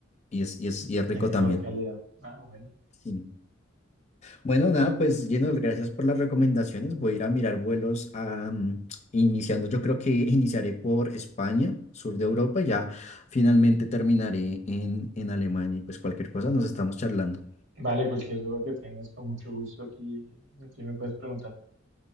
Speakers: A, on the left; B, on the right.
A: y es, y es, y es
B: tiene
A: rico
B: mejor
A: también.
B: calidad. Ah, bueno.
A: Sí. Bueno, nada, pues lleno, gracias por las recomendaciones. Voy a ir a mirar vuelos a, mm, iniciando, yo creo que iniciaré por España, sur de Europa, y ya finalmente terminaré en, en Alemania y pues cualquier cosa nos estamos charlando.
B: Vale, cualquier duda que tengas, con mucho gusto aquí, aquí me puedes preguntar.